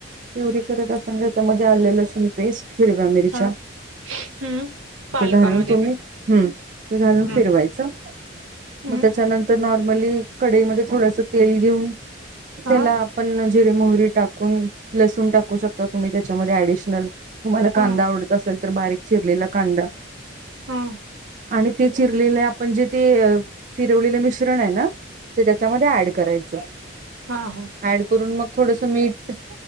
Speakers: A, on the right; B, on the right.
A: पिवरी करत असताना त्याच्यामध्ये आले लसून पेस्ट हिरव्या मिरच्या
B: हा हम्म पालकामध्ये
A: ते घालून तुम्ही.. हम्म ते घालून
B: हम्म
A: फिरवायचं.
B: हम्म
A: मग त्याच्यानंतर नॉर्मली कढईमध्ये थोडस तेल घेऊन.
B: हा
A: त्याला आपण जिरे मोहरी टाकून. लसून टाकू शकता तुम्ही त्याच्यामध्ये ऍडिशनल तुम्हाला कांदा
B: हा
A: आवडत असेल. तर बारीक चिरलेला कांदा.
B: हा.
A: आणि ते चिरलेले आपण जे ते चिरवलेलं मिश्रण आहे ना. ते त्याच्यामध्ये ऍड करायचं.
B: हा हा.
A: ऍड करून मग थोडसं मीट.